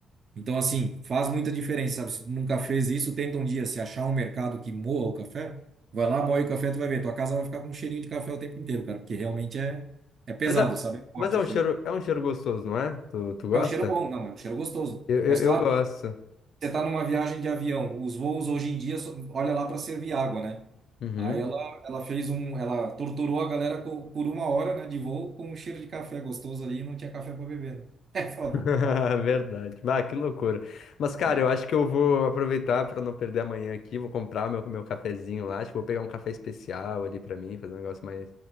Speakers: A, on the right; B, on the left.
A: Então, assim, faz muita diferença, sabe? Se tu nunca fez isso, tenta um dia, se achar um mercado que moa o café, vai lá, moe o café, tu vai ver, tua casa vai ficar com um cheirinho de café o tempo inteiro, cara, porque realmente é, é pesado,
B: Mas é,
A: sabe? É forte
B: mas é
A: o
B: um
A: cheiro.
B: cheiro, é um cheiro gostoso, não é? Tu, tu gosta?
A: É um cheiro bom, não, é um cheiro gostoso.
B: Eu, eu,
A: Mas
B: eu
A: claro
B: gosto.
A: que você está numa viagem de avião, os voos hoje em dia, só- olha lá para servir água, né?
B: Uhum.
A: Aí ela, ela fez um, ela torturou a galera co- por uma hora, né, de voo com um cheiro de café gostoso ali e não tinha café para beber, né? <laughs> É foda.
B: <laughs> Verdade. Bah, que loucura. Mas, cara,
A: É.
B: eu acho que eu vou aproveitar para não perder amanhã aqui. Vou comprar o meu, meu cafezinho lá. Acho que vou pegar um café especial ali para mim, fazer um negócio mais